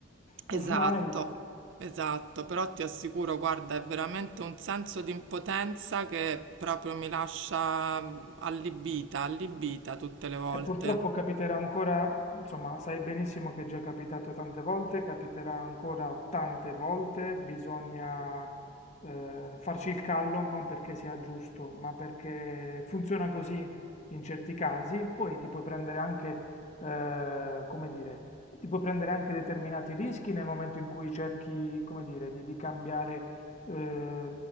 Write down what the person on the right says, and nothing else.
esatto,
esatto. Però ti assicuro, guarda, è veramente un senso di impotenza che proprio mi lascia mm, allibita, allibita tutte le volte.